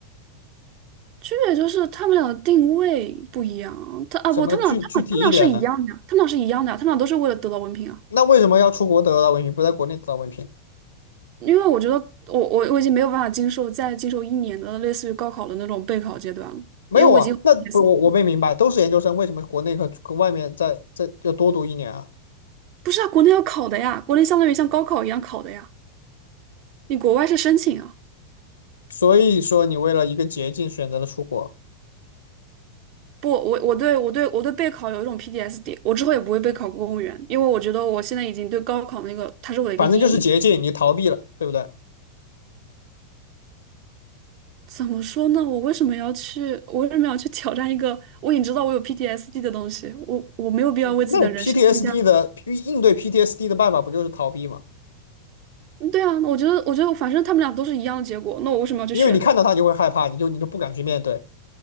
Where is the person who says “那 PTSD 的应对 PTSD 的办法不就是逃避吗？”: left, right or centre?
Left